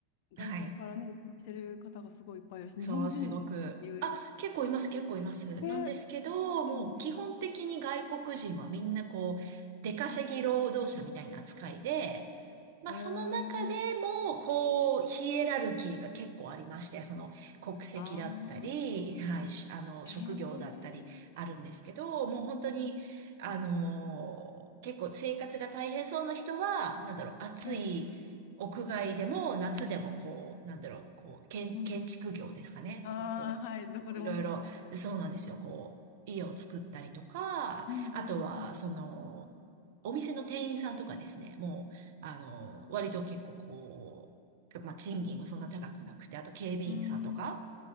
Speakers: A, on the left; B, on the right.
A: 外国からね、
B: はい。
A: 移民してる方がすごいいっぱいいるし、
B: そう、
A: 日本人もね有利。
B: すごく。あ、結構います、結構います。
A: え、
B: なんですけど、もう基本的に外国人はみんなこう、
A: でもね、
B: 出稼ぎ労働者みたいな扱いで、
A: うんうん。
B: まあその中でも、
A: えー、
B: こう、ヒエラルキーが結構ありまして、その国籍だったり、
A: あ
B: はい、
A: あ、
B: しあの、職業だったりあるんですけど、
A: えー、
B: もう本当に、あの、結構生活が大変そうな人は、なんだろう、暑い、
A: ええ、
B: 屋外でも夏でもこう、
A: うん、
B: なんだろう、こう、建、
A: うんうん。
B: 建築業ですかね。
A: ああ、
B: そう、こ
A: はい、どこでもそうなんですね。
B: う、いろいろ、そうなんですよ。
A: うん、
B: こう、
A: うん
B: 家を作ったりとか、
A: うんうん。
B: あとは、その、お店の店員さんとかですね、もう、あの、
A: ああ、
B: 割と結構こう、まあ、賃金はそんな高くなくて、あと警備員さんとか、
A: うん、